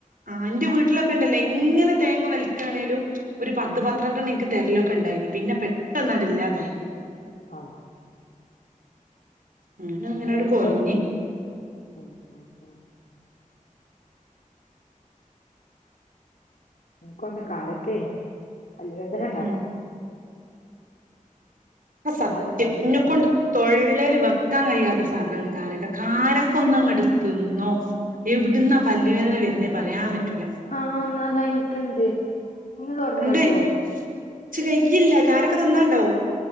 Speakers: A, on the right (about 85°); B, on the left (about 75°).
A: ആഹ് ഇന്റെ വീട്ടിലൊക്കെ ഇണ്ടല്ലോ എങ്ങനെ തേങ്ങ വലിക്കയാണേലും ഒര് പത്ത്
B: ആഹ്
A: പന്ത്രണ്ടെണ്ണനിക്ക് തെര്ലൊക്കെ ഇണ്ടായ്ന് പിന്നെ പെട്ടെന്ന് ന്നട് ഇല്ലാതായി.
B: ആഹ്
A: അങ്ങനെ
B: ഞങ്ങള്
A: അങ്ങനാണ്ട്
B: വെരുമ്പം
A: കൊറഞ്ഞ്
B: ഉം ഉം ഉം മൂക്കൊന്ന് കാരക്കെ പല്ല് വേദന ഇണ്ടാക്കും
A: ഉം അസത്യം
B: അല്ലാതെ തിന്നാനും
A: ഇഞ്ഞക്കൊണ്ട്
B: കഴിയില്ല
A: തൊള്ളേല് വെക്കാൻ കഴിയാത്ത സാധനാണ് കാരക്ക കാരക്ക ഒന്നങ്ങട്ട് തിന്നോ എവ്ട്ന്ന പല്ലുവേദന വെര്ണെ പറയാൻ പറ്റൂല.
B: ആഹ് ഇന്നതാ ഇൻക്ക്ണ്ട് ഇന്ന് തൊടങ്ങാട്ടോ
A: ഇണ്ട് ഇച്ച്കയ്യില്ല കാരൊക്ക തിന്നാഇണ്ടാവും.